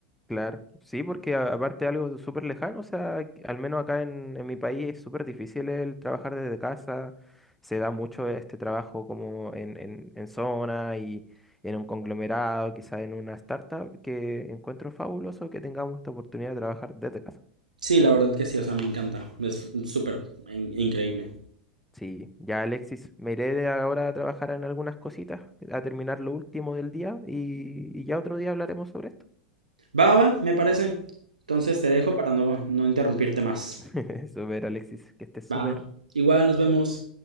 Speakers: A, in the centre; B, on the right.
A: Claro, sí, porque a- aparte algo súper lejano, o sea, al menos acá en, en mi país es súper difícil el trabajar desde casa, se da mucho este trabajo como en, en, en zona y en un conglomerado, quizá en una startup, que encuentro fabuloso que tengamos esta oportunidad de trabajar desde casa.
B: Sí, la verdad que sí, o sea, me encanta. Es súper in- increíble.
A: Sí, ya Alexis, me iré de ahora a trabajar en algunas cositas, a terminar lo último del día y, y ya otro día hablaremos sobre esto.
B: Va, va, me parece. Entonces te dejo para no, no interrumpirte más.
A: <laughs> Súper Alexis, que estés súper.
B: Va. Igual, nos vemos.